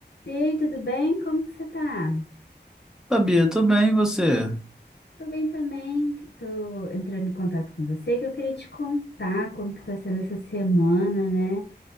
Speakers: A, on the left; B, in the centre.
A: E aí, tudo bem? Como que você tá?
B: Sabia, tô bem, e você?
A: Tô bem também, que tô entrando em contato com você, que eu queria te contar como que tá sendo essa semana, né?